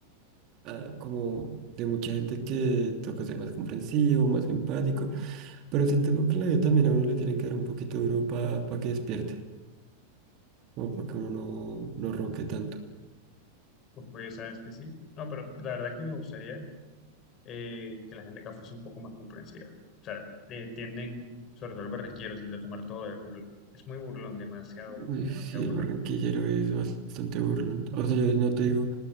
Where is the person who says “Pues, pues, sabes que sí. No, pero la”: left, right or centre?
Left